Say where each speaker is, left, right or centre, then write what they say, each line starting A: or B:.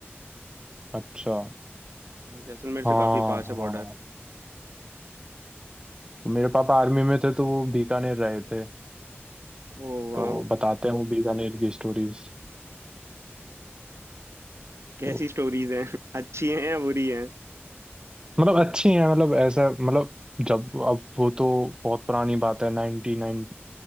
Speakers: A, on the right; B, on the right.
A: अच्छा
B: हाँ जैसलमेर से
A: हाँ
B: काफी पास है बॉर्डर
A: हाँ तो मेरे पापा आर्मी में थे तो वो बीकानेर रहे थे
B: ओ वाह
A: तो बताते हैं वो बीकानेर की स्टोरीज
B: कैसी
A: तो
B: स्टोरीज हैं <laughs> अच्छी हैं या बुरी हैं
A: मतलब अच्छी हैं मतलब ऐसा मतलब जब अब वो तो बहुत पुरानी बात है नाइनटी नाइन